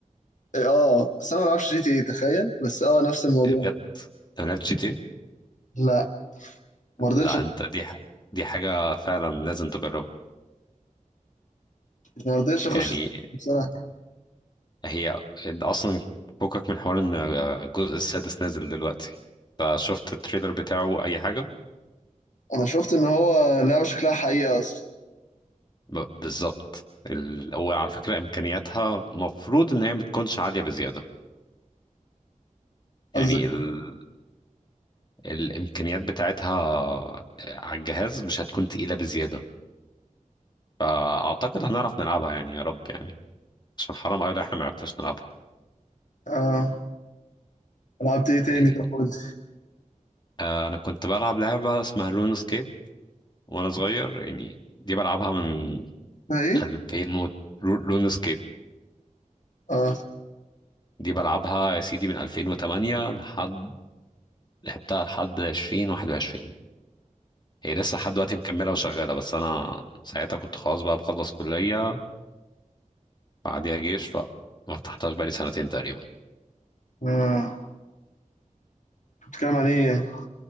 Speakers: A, on the left; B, on the left.
A: اه بس انا ما بلعبش جي تي اي تخيل بس اه نفس الموضوع
B: بجد انت ما لعبتش جي تي اي؟
A: لا ما رضيتش
B: لا انت دي ح... دي حاجة فعلا لازم تجربها
A: ما رضيتش اخش
B: يعني
A: بصراحه
B: هي انت اصلا فكك من حوار ان آه، الجزء السادس نازل دلوقتي فشفت التريلر بتاعه اي حاجة
A: انا شفت ان هو لعبه شكلها حقيقه اصلا
B: ب- بالظبط ال- هو على فكرة إمكانياتها مفروض إن هي ما تكونش عالية بزيادة
A: قصدك
B: يعني ال... الإمكانيات بتاعتها آه، على الجهاز مش هتكون تقيلة بزيادة فأعتقد هنعرف نلعبها يعني يا رب يعني عشان حرام أوي لو إحنا ما عرفناش نلعبها
A: اه لعبت ايه تاني
B: يعني
A: طب قلت
B: آه، أنا كنت بلعب لعبة اسمها لون سكيب وأنا صغير يعني دي بلعبها من
A: ايه
B: 2000 و... لون سكيب
A: اه
B: دي بلعبها يا سيدي من 2008 لحد لعبتها لحد 2021 هي لسه لحد دلوقتي مكملة وشغالة بس أنا ساعتها كنت خلاص بقى بخلص كلية بعديها جيش فما فتحتهاش بقالي سنتين تقريبا
A: اه بتتكلم عن ايه يعني؟